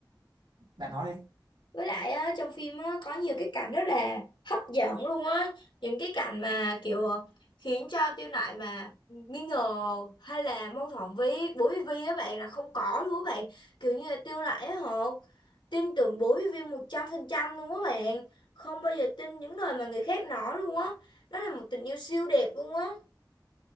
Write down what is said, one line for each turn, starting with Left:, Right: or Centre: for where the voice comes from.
Right: bạn nói đi
Left: Với lại á, trong phim á, có nhiều cái cảnh rất là hấp dẫn luôn á. Những cái cảnh mà kiểu khiến cho Tiêu Nại mà nghi ngờ hay là mâu thuẫn với bố với Vi á bạn là không có luôn á bạn. Kiểu như là Tiêu Nại á họ tin tưởng bố với Vi 100% luôn á bạn. Không bao giờ tin những lời mà người khác nói luôn á. Đó là một tình yêu siêu đẹp luôn á.